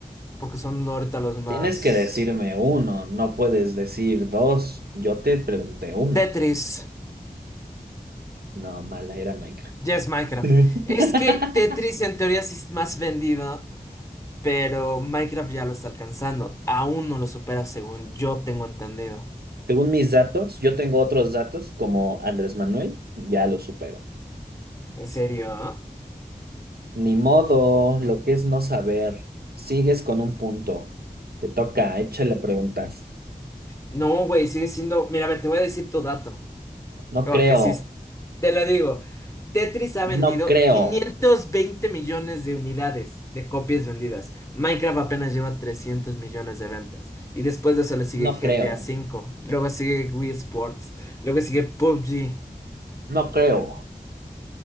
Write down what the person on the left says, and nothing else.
porque son ahorita los más...
Tetris.
Ya es Minecraft.
Es que Tetris en teoría sí es más vendido, pero Minecraft ya lo está alcanzando. Aún no lo supera según yo tengo entendido.
¿En serio?
No, güey, sigue siendo... Mírame, te voy a decir tu dato.
Porque
si es- te lo digo, Tetris ha
vendido
520 millones de unidades de copias vendidas. Minecraft apenas lleva 300 millones de ventas. Y después de eso le sigue
GTA
V, luego sigue Wii Sports, luego sigue PUBG.